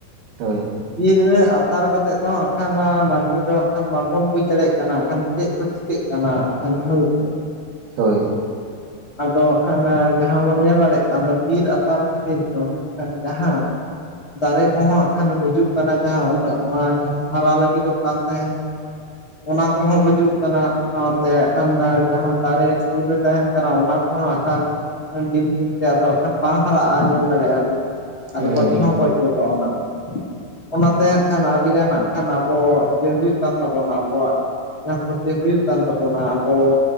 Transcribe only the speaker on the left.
ᱵᱤᱨ ᱨᱮ ᱟᱛᱟᱨ ᱠᱟᱼᱼ ᱛᱮᱫ ᱫᱚᱠᱷ ᱚᱱᱟ ᱢᱟᱹᱱᱢᱤ ᱫᱚ ᱠᱷᱟᱱ ᱵᱟᱵᱚᱱ ᱵᱩᱡᱽ ᱫᱟᱲᱮᱭᱟᱜ ᱠᱟᱱᱟᱠᱷᱟᱱ ᱪᱮᱫ ᱠᱚ ᱪᱤᱠᱟᱹᱜ ᱠᱟᱱᱟ ᱫᱚᱭ ᱥᱮ
ᱟᱫᱚ ᱦᱟᱜ ᱠᱷᱟᱱ ᱡᱟᱦᱟᱸ ᱵᱚᱱ ᱧᱮᱞ ᱫᱟᱲᱮᱭᱟᱜ ᱠᱟᱱ ᱫᱚ ᱵᱤᱨ ᱟᱛᱟᱨ ᱠᱷᱟᱹᱛᱤᱨ ᱫᱚ ᱦᱟᱜ ᱠᱷᱟᱱ ᱡᱟᱦᱟᱸᱼᱼ ᱫᱟᱨᱮ ᱠᱚᱦᱚᱸ ᱟᱜᱠᱷᱟᱱ ᱜᱩᱡᱩᱜ ᱠᱟᱱᱟ ᱡᱟᱦᱟᱸ ᱩᱱᱟᱹᱜ ᱱᱚᱣᱟ ᱡᱟᱦᱟᱸ ᱦᱟᱨᱟ ᱞᱟᱹᱜᱤᱫᱚᱜ ᱠᱟᱱ ᱛᱟᱦᱮᱸᱫ᱾ ᱚᱱᱟ ᱠᱚᱦᱚᱸ ᱜᱩᱡᱩᱜ ᱠᱟᱱᱟ, ᱥᱟᱶᱛᱮ ᱠᱷᱟᱱ ᱡᱟᱦᱟᱸ ᱫᱟᱨᱮ ᱥᱩᱨ ᱨᱮ ᱛᱟᱦᱮᱱ ᱠᱟᱱᱟ ᱚᱱᱟ ᱠᱚᱦᱚᱸ ᱦᱟᱜᱠᱷᱟᱱ ᱫᱤᱱ ᱫᱤᱱ ᱛᱮ ᱟᱫᱚ ᱦᱟᱜ ᱠᱷᱟᱱ ᱵᱟᱝ ᱦᱟᱨᱟᱜ-ᱟ ᱧᱮᱞ ᱫᱟᱲᱮᱭᱟᱜ-ᱟ ᱵᱤᱱ᱾
ᱟᱨ ᱜᱚᱡ ᱦᱚᱸ ᱜᱚᱡ ᱜᱚᱫᱚᱜ-ᱟ ᱚᱱᱟ ᱫᱚ᱾ ᱚᱱᱟᱛᱮ ᱦᱟᱸᱜ ᱠᱷᱟᱱ ᱟᱹᱰᱤᱜᱟᱱ ᱦᱟᱸᱜ ᱠᱷᱟᱱ ᱟᱵᱚ ᱤᱭᱟᱹ ᱦᱩᱭᱩᱜ ᱠᱟᱱ ᱛᱟᱵᱚᱱᱟ ᱟᱵᱚᱣᱟᱜ᱾ ᱡᱟᱦᱟᱸ ᱠᱷᱚᱛᱤ ᱦᱩᱭᱩᱜ ᱠᱟᱱ ᱛᱟᱵᱚᱱᱟ ᱟᱵᱚ